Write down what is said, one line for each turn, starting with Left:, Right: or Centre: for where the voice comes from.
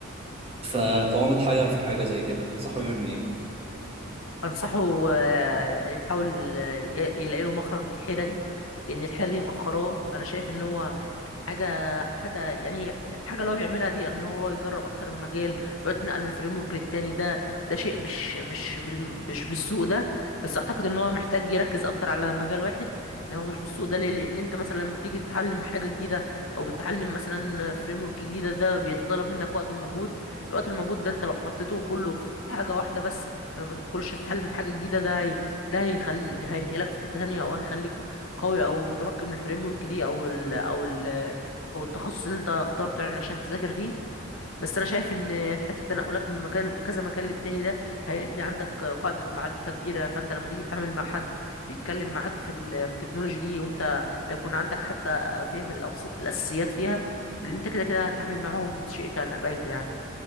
Right: ف- فهو متحير في حاجة زي كده تنصحه يعمل إيه؟
Left: انصحه آه، يحاول آه، ي- يلاقي له مخرج من الحيرة دي لان الحيرة دي مأخراه انا شايف ان هو حاجة حاجة يعني الحاجة اللي هو بيعملها دي ان هو يجرب اكتر من مجال ويتنقل من فريم ورك للتاني ده ده شيء مش مش بال مش بالسوق ده بس اعتقد ان هو محتاج يركز اكتر على مجال واحد اللي هو مش بالسوق ده ليه- لان انت مثلا لما بتيجي تتعلم حاجة جديدة او بتتعلم مثلا فريم ورك جديدة ده بيتطلب منك وقت ومجهود الوقت المجهود ده انت لو حطيته كله في حاجة واحدة بس لما كلش تتعلم حاجة جديدة ده هي ده هيخلي هينقلك في حتة تانية او هيخليك قوي او متمكن من الفريم ورك دي او ال او ال او التخصص اللي انت اخترته يعني عشان تذاكر فيه بس انا شايف ان حته التنقلات من مكان كذا مكان للتاني ده هيبني عندك قاعده معرفه كبيره فانت لما تيجي تتعامل مع حد بيتكلم معاك في ال- في التكنولوجي دي وانت هيكون عندك حتى فهم الابسط في الاساسيات فيها لان انت كده كده هتتعامل معاهم شئت ام ابيت يعني